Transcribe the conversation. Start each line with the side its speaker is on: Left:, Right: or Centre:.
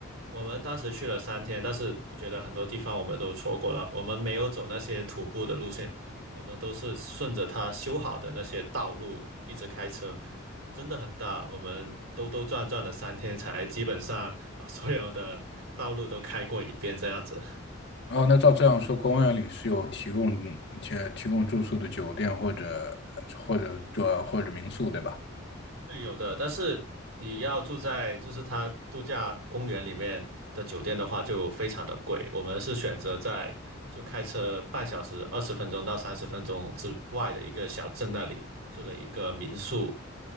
Right: 我们当时去了三天，但是我觉得很多地方我们都错过了，我们没有走那些徒步的路线，我们都是顺着它修好的那些道路一直开车，真的很大，我们兜兜转转了三天才基本上把所有的道路都开过一遍这样子。
Left: 哦，那照这样说，公园里是有提供且提供住宿的酒店或者或者住或者民宿，对吧？
Right: 对，有的，但是你要住在就是它度假公园里面的酒店的话，就非常的贵。我们是选择在就开车半小时、二十分钟到三十分钟之外的一个小镇那里住了一个民宿。